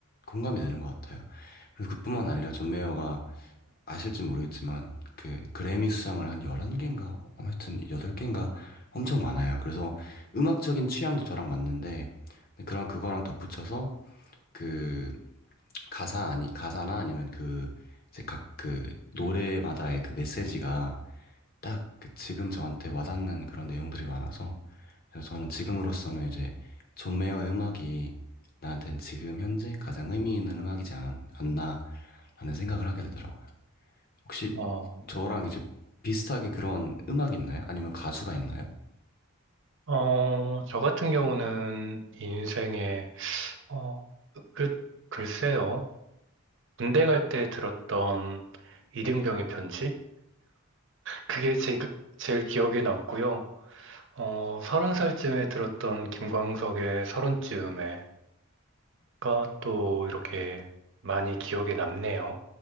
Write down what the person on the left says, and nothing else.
공감이 되는 것 같아요. 그래서 그뿐만 아니라 존 메이어가 아실지 모르겠지만 그 그래미 수상을 한 11개인가 아무튼 8개인가 엄청 많아요. 그래서 음악적인 취향도 저랑 맞는데 근데 그런 그거랑 덧붙여서 그 가사 아니 가사나 아니면 그 이제 각 그 노래마다의 그 메시지가 딱그 지금 저한테 와닿는 그런 내용들이 많아서 그래서 저는 지금으로서는 이제 존 메이어의 음악이 나한테는 지금 현재 가장 의미 있는 음악이지 않, 나 라는 생각을 하게 되더라고요. 혹시
저랑 이제 비슷하게 그런 음악 있나요? 아니면 가수가 있나요?